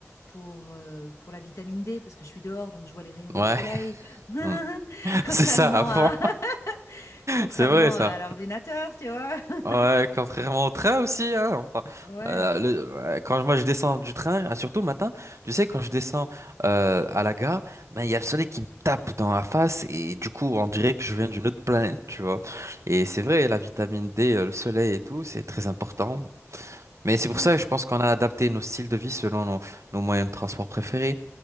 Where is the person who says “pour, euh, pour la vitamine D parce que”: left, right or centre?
Left